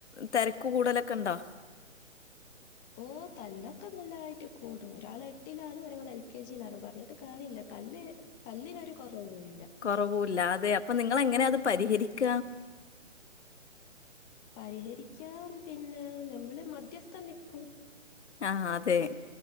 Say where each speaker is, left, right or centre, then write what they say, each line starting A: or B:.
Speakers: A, on the left; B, on the left.
A: തെരക്ക് കൂടലൊക്കെണ്ടോ
B: ഓ തല്ലൊക്കെ നല്ലായിട്ട് കൂടും ഒരാൾ എട്ടിലാണ് ഒരാൾ എൽ കെ ജിയിലാണ് പറഞ്ഞിട്ട് കാര്യല്ല തല്ല് തല്ലിനൊരു കുറവൂല്ല
A: കൊറവൂല്ലാ അതെ അപ്പൊ നിങ്ങള് എങ്ങനെ അത് പരിഹരിക്ക
B: ആഹ് പരിഹരിക്കാൻ പിന്നെ ഞമ്മള് മധ്യസ്ഥ നിക്കൂ
A: ആ അതെ